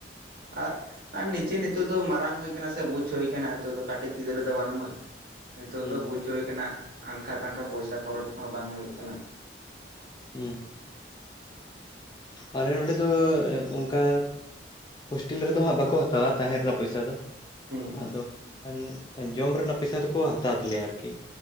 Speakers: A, on the right (about 50°); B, on the left (about 25°).
A: ᱟᱨ ᱟᱨ ᱱᱤᱡᱮ ᱱᱤᱛᱚᱜ ᱫᱚ ᱢᱟᱨᱟᱝ ᱦᱩᱭ ᱟᱠᱟᱱᱟ, ᱥᱮ ᱵᱩᱡ ᱦᱩᱭ ᱟᱠᱟᱱᱟ, ᱱᱤᱛᱚᱜ ᱫᱚ ᱠᱟᱹᱴᱤᱡ ᱜᱤᱫᱽᱨᱟᱹ ᱫᱚ ᱵᱟᱹᱱᱩᱢᱟ ᱾ ᱱᱤᱛᱚᱜ
B: ᱦᱩᱸ
A: ᱫᱚ ᱵᱩᱡᱽ ᱦᱩᱭ ᱟᱠᱟᱱᱟ, ᱟᱱᱠᱷᱟ ᱛᱟᱱᱠᱷᱟ ᱯᱚᱭᱥᱟ ᱠᱷᱚᱨᱚᱪ ᱠᱚᱦᱚᱸ ᱵᱟᱝ ᱦᱩᱭᱩᱜ ᱠᱟᱱᱟ ᱾
B: ᱦᱮᱸ ᱟᱞᱮ ᱱᱚᱰᱮ ᱫᱚ ᱚᱱᱠᱟ ᱦᱳᱥᱴᱮᱞ ᱨᱮᱫᱚ ᱦᱟᱸᱜ ᱵᱟᱠᱚ ᱦᱟᱛᱟᱣᱟ ᱛᱟᱦᱮᱨ ᱨᱮᱱᱟᱜ ᱯᱚᱭᱥᱟ ᱫᱚ ᱾
A: ᱦᱩᱸ
B: ᱟᱫᱚ ᱮᱠᱷᱟᱱ ᱡᱚᱢ ᱨᱮᱱᱟᱜ ᱯᱚᱭᱥᱟ ᱫᱚᱠᱚ ᱦᱟᱛᱟᱣ ᱛᱟᱞᱮᱭᱟ ᱟᱨ ᱠᱤ